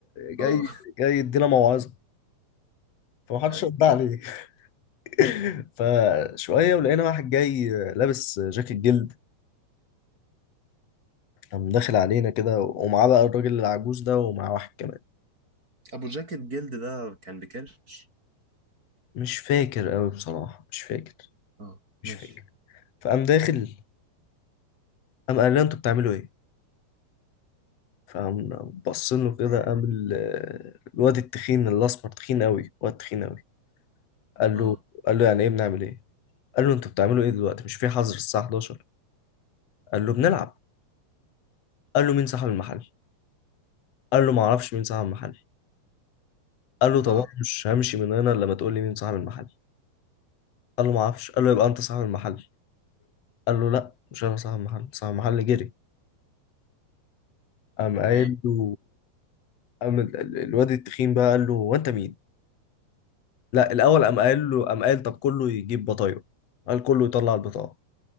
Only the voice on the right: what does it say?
اه
<laughs>
ابو جاكيت جلد ده كان بكرش
اه
ماشي
يعني
اه
اه
تمام